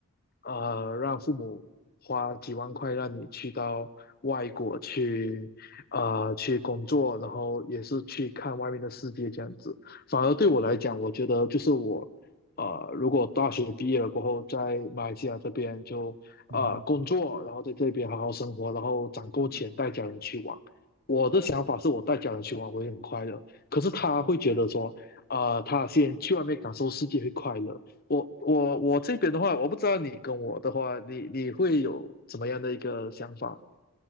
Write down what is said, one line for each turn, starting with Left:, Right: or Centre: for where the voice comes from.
Left: 呃，让父母花几万块让你去到外国去，呃，去工作，然后也是去看外面的世界这样子，反而对我来讲，我觉得就是我。呃，如果大学毕业了过后，在马来西亚这边就啊，
Right: 嗯
Left: 呃工作，然后在这边好好生活，然后攒够钱带家人去玩。
Right: 嗯
Left: 我的想法是我带家人去玩，我也很快乐。可是他会觉得说，
Right: 嗯
Left: 啊，呃他先去外面感受世界会快乐。我我我这边的话，我不知道你跟我的话，你你会有怎么样的一个想法？